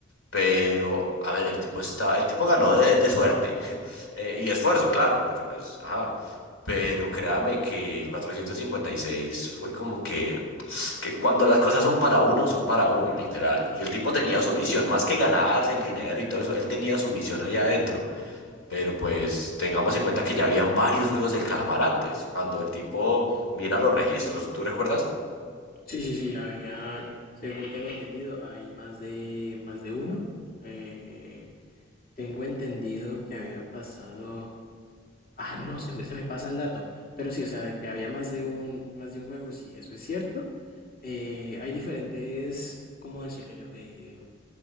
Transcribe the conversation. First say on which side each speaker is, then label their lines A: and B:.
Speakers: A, on the left; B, on the left.
A: pero, a ver, el tipo está, el tipo ganó de, de suerte <laughs> eh, y esfuerzo, claro, porque pues, ajá. Pero créame que 456 fue como que, que cuando las cosas son para uno, son para uno, literal. Y el tipo tenía su misión, más que ganarse el dinero y todo eso, él tenía su misión ahí adentro. Pero pues tengamos en cuenta que ya habían varios juegos del calamar antes, cuando el tipo mira los registros, ¿tú recuerdas?
B: Sí, sí, sí, habían, según tengo entendido, hay más de, más de uno. Eh, tengo entendido que habían pasado, ah, no, se me, se me pasa el dato, pero sí, o sea, de que había más de un, más de un juego, sí, eso es cierto. Eh, hay diferentes, ¿cómo decirlo yo? Eh,